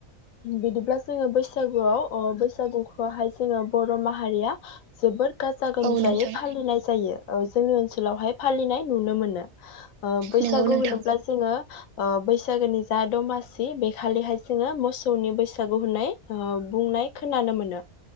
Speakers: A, on the left; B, on the right.
A: बिदिब्ला जोङो बैसागुआव अ बैसागुखौहाय जोङो बर' माहारिया जोबोद गाजा गोमजायै
B: औ नोंथां
A: फालिनाय जायो। औ जोंनि ओनसोलावहाय फालिनाय नुनो मोनो। ओ बैसागु
B: नोंगौ नोंथां
A: होनोब्ला जोङो ओ बैसागोनि जा दमासि बेखालिहाय जोङो मोसौनि बैसागु होननाय ओ बुंनाय खोनानो मोनो।